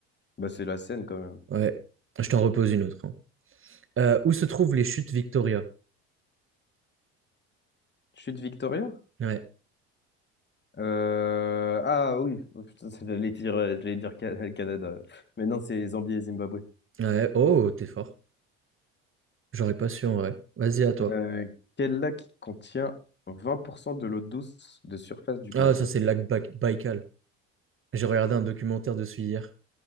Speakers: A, on the left; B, on the right.
A: Bah, c'est la Seine quand même.
B: Ouais. Je t'en repose une autre. hein. Euh, où se trouvent les chutes Victoria?
A: Chute Victoria?
B: Ouais.
A: Euh, Ah oui, Oh, putain, <laughs> j'allais dire, euh, j'allais dire Ca- Canada. Mais non, c'est Zambie et Zimbabwe.
B: Ouais. Oh, t'es fort. J'aurais pas su en vrai. Vas-y, à toi.
A: Euh, quel lac contient 20% de l'eau douce de surface du globe?
B: Ah, ça, c'est le lac Baï- Baïkal. J'ai regardé un documentaire dessus hier.